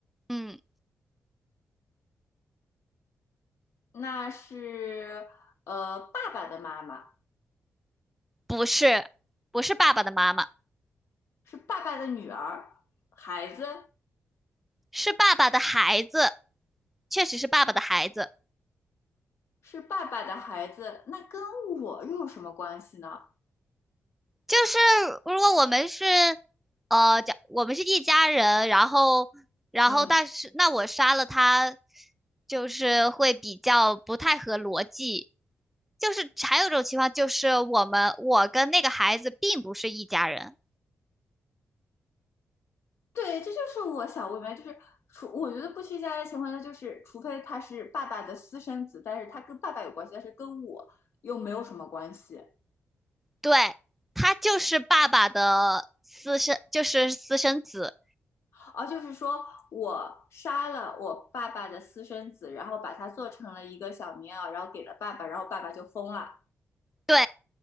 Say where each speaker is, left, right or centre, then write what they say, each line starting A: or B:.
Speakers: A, in the centre; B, on the left.
A: 嗯，
B: 那是呃爸爸的妈妈
A: 不是，不是爸爸的妈妈，
B: 是爸爸的女儿，孩子
A: 是爸爸的孩子，确实是爸爸的孩子。
B: 是爸爸的孩子，那跟我又有什么关系呢？
A: 就是如果我们是，呃，假我们是一家人，然后，然后但是那我杀了他，
B: 嗯，
A: 就是会比较不太合逻辑。就是还有一种情况，就是我们我跟那个孩子并不是一家人，
B: 对，这就是我想问问，就是除我觉得不去家的情况下，就是除非他是爸爸的私生子，但是他跟爸爸有关系，但是跟我又没有什么关系。
A: 对，他就是爸爸的私生，就是私生子，
B: 而就是说我杀了我爸爸的私生子，然后把他做成了一个小棉袄，然后给了爸爸，然后爸爸就疯了。
A: 对，